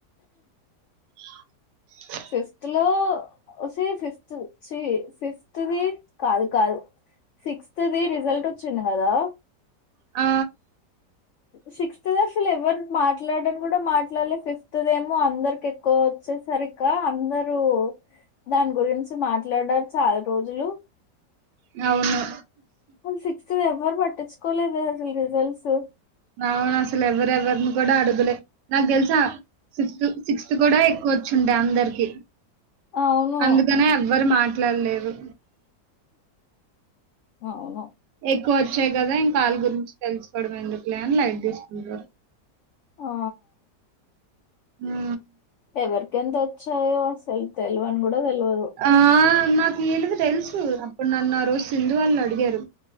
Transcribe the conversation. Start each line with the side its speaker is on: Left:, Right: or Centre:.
Right: అ
Left: ఫిఫ్త్ లో వసే ఫిఫ్త్ చి ఫిఫ్ ఫిఫ్త్ వి కాదు కాదు సిక్స్త్ వి రిజల్ట్ వచ్చింది కదా
Right: ఆ
Left: సిక్త్ అసలు ఎవరు మాట్లాడని కూడా మాట్లాడలే ఫిఫ్త్ది ఏమో అందరికం కోవచ్చు సరికా అందరూ దాని గురించి మాట్లాడారు చాలా రోజులు
Right: నవును
Left: సిక్స్త్ ఎవ్వరు పట్టించుకోలేదు అసలు రిజల్ట్స్
Right: ఆ అసలు ఎవరెవరిని కూడా అడుగులే నాకు తెలుసా సిక్స్త్ సిక్స్త్ కూడా ఎక్కువ వచ్చుంటాయి అందరికి
Left: అవును
Right: అందుకనే ఎవ్వరు మాట్లాడలేదు.
Left: అవును.
Right: ఎక్కువ వచ్చాయి కదా ఇంకాళ్ళ గురించి తెలుసుకోవడం ఎందుకులే అని లైట్ తీసుకుంటారు.
Left: ఆ
Right: ఆ
Left: ఎవరికి ఎంత వచ్చాయో అసలు తెలివని కూడా తెలవదు.
Right: ఆ నాకు వీళ్ళకి తెలుసు అప్పుడు నన్ను ఆ రోజు సింధు వాళ్ళు అడిగారు